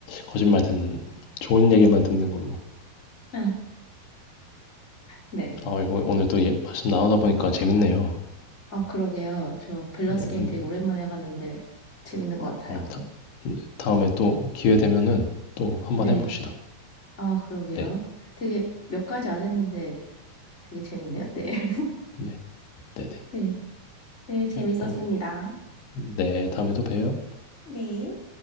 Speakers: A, on the left; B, on the left.
A: 거짓말 듣는 좋은 얘기만 듣는 걸로.
B: 아, 네.
A: 아, 이거 오늘 또 예- 말씀 나누다 보니까 재밌네요.
B: 아, 그러게요. 저 밸런스
A: 네,
B: 게임
A: 근데
B: 되게 오랜만에 해봤는데, 재밌는 것 같아요.
A: 어, 이거 다, 네, 다음에 또 기회 되면은 또 한번
B: 네.
A: 해봅시다.
B: 아, 그러게요.
A: 네,
B: 되게 몇 가지 안 했는데 되게 재밌네요. 네. <laughs>
A: 네, 네,
B: 네. 네, 재밌었습니다.
A: 네. 어, 네, 다음에 또 봬요.
B: 네.